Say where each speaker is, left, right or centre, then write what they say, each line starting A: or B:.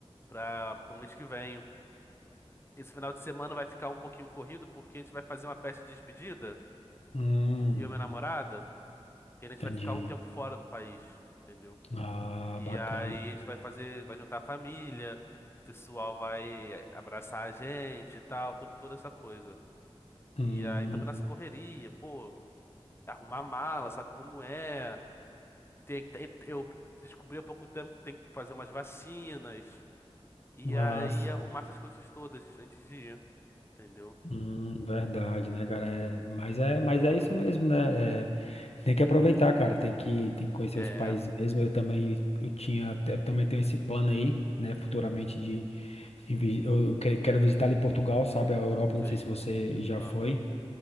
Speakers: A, on the left (about 20°); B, on the left (about 75°).
A: para pro mês que vem. Esse final de semana vai ficar um pouquinho corrido porque a gente vai fazer uma festa de despedida,
B: Hum,
A: eu e minha namorada, que a gente
B: entendi.
A: vai ficar um tempo fora do país, entendeu?
B: Ah,
A: E
B: bacana.
A: aí a gente vai fazer, vai juntar a família, o pessoal vai abraçar a gente e tal, todo, toda essa coisa.
B: Hum,
A: E aí também nessa correria, pô, arrumar mala, sabe como é? Tem, tem- eu descobri há pouco tempo que tem que fazer umas vacinas. E
B: ah,
A: aí
B: sim.
A: arrumar essas coisas todas antes de ir, entendeu?
B: Hum, verdade, né, cara? É, mas é, mas é isso mesmo, né? É, tem que aproveitar, cara. Tem que, tem que conhecer
A: É,
B: os países mesmo. Eu também, eu tinha, eu também tenho esse plano aí, né? Futuramente de, de vi- eu que- quero visitar ali Portugal, sabe? A Europa.
A: sei.
B: Não sei se você já
A: Aham.
B: foi.